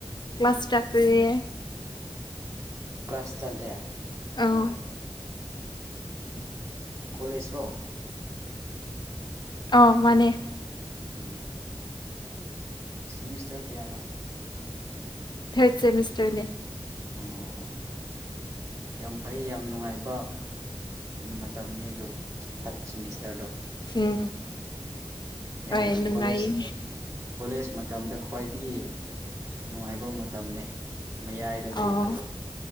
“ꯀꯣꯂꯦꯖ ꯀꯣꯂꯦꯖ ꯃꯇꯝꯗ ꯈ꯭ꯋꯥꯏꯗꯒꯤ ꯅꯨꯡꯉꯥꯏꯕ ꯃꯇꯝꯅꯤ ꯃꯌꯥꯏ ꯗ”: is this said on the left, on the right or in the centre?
Right